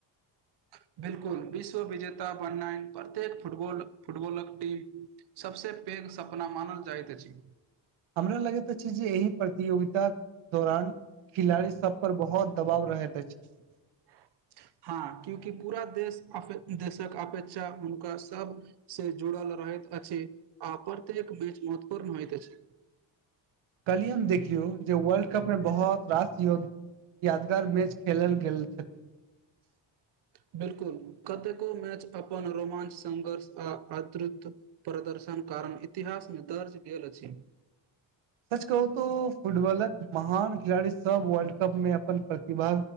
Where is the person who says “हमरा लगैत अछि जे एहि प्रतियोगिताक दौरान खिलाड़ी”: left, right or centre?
Right